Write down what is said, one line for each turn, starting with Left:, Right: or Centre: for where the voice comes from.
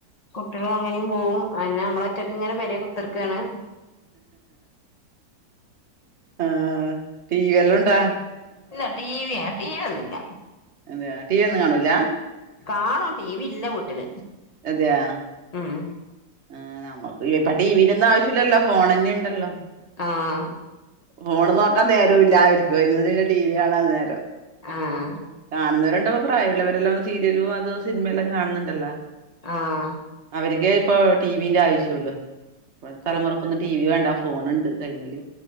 Left: കുട്ട്യളങ്ങനിം പോവും, അന്നെ അമ്മളൊറ്റക്ക്ങ്ങനെ പെരേ കുത്തർക്കാണ്
Right: ആഹ് ടി വി എല്ലുണ്ടാ
Left: ഇല്ല ടിവിയാ ടി വി ഒന്നില്ല
Right: അതേയാ ടി വി ഒന്നും കാണൂല
Left: കാണും ടീ വില്ല വീട്ടില്
Right: അതെയാ
Left: ഉം
Right: ആഹ് നമ്മക്ക് ഇപ്പ ടിവിൻ്റെ ഒന്നും ആവശ്യല്ലല്ലോ ഫോണന്നെണ്ടല്ലോ
Left: ആഹ്
Right: ഫോണ് നോക്കാൻ നേരം ഇല്ലായിരിക്കുവ എന്നിട്ട് പിന്നെ ടി വി കാണാൻ നേരം
Left: ആഹ്
Right: കാണുന്നവര പ്പ പ്രായുള്ളവരെല്ലാം സീരിയലും അതും സിനിമയെല്ലാം കാണുന്നുണ്ടല്ലോ
Left: ആഹ്
Right: അവരിക്ക് ഇപ്പൊ ടി വിന്റെ ആവശ്യള്ളു പ്പഴത്തെ തലമുറക്കൊന്നും ടി വി വേണ്ട ഫോണുണ്ട് കൈമല്ലി